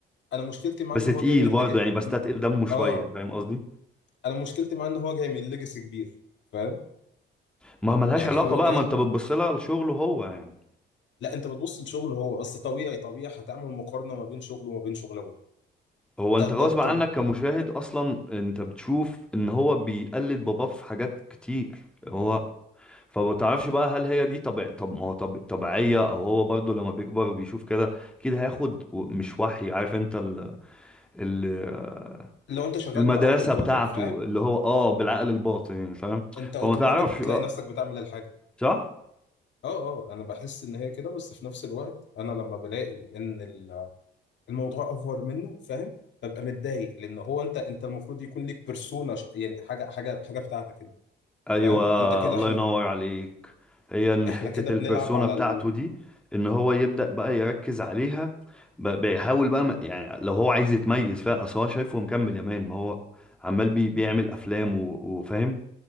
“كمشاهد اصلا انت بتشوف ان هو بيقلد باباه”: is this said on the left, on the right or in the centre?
Centre